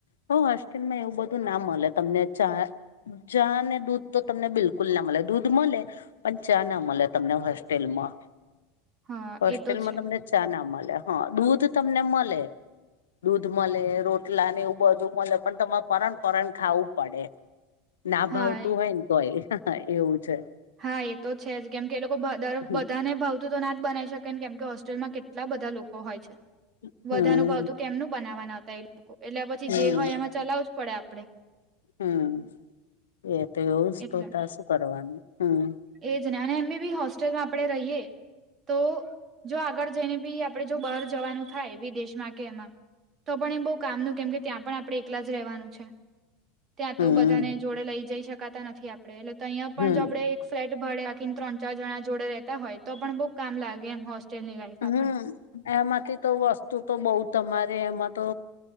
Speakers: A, on the left (about 65°); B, on the right (about 30°).
A: તો હોસ્ટેલમાં એવું બધું ના મળે તમને ચા ચા ને દૂધ તો તમને બિલકુલ ના મળે દૂધ મળે પણ ચા ના મળે તમને હોસ્ટેલમાં
B: હા
A: હોસ્ટેલમાં
B: એ તો છે
A: તમને ચા ના મલે હા દૂધ તમને મલે દૂધ મલે રોટલા ને એવું બધું મળે પણ તમારે પરણ પરણ ખાવું પડે ના ભાવતું
B: હા એ
A: હોય
B: તો
A: ને તોય એવું છે.
B: હા એ તો છે જ કેમકે એ ભધારે
A: હમ
B: બધાને ભાવતું તો ના જ બનાવી શકે ને કેમ કે હો હોસ્ટેલમાં કેટલા બધા લોકો હોય છે
A: હમ
B: વધાનું ભાવતું કેમનું બનાવા ના તે એટલે પછી
A: હમ
B: જે હોય એમાં ચલાવું જ પડે આપડે
A: હમ એ તો એવું જ
B: એટલે
A: તોતા શું કરવાનું હમ
B: એજ ને અને અમે બી હોસ્ટેલમાં આપડણે રહીએ તો જો આગળ જઈને બી આપણે જો બહાર જવાનું થાય વિદેશમાં કે એમાં તો પણ એમ બહુ કામનું કેમ કે ત્યાં પણ આપડણે એકલા જ રહેવાનું છે. ત્યાં
A: હમ
B: તો બધાને જોડે લઈ જઈ શકાતા નથી આપડે એટલે તો અહિયાં પણ
A: હમ
B: જો આપડે ફ્લેટ ભાડે રાખીને ત્રણ ચાર જણા જોડે રેતા હોય તો પણ બઉ કામ લાગે એમ હોસ્ટેલ ની લાઈફ
A: હમ
B: આપણને
A: એમાંથી તો વસ્તુ તો બઉુ તમારે એમાં તો